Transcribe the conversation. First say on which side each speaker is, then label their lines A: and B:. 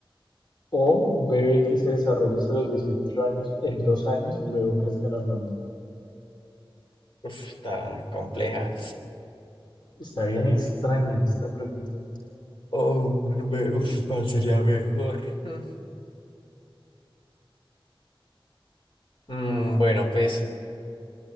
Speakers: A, on the left; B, on the left.
A: O un bebé que se desarrolle hasta los 18 años en dos años y luego crezca normalmente.
B: uf, está compleja.
A: Está bien extraña esta pregunta.
B: Oh, no me- uf, ¿cuál sería mejor? Mm. Mm, bueno, pues,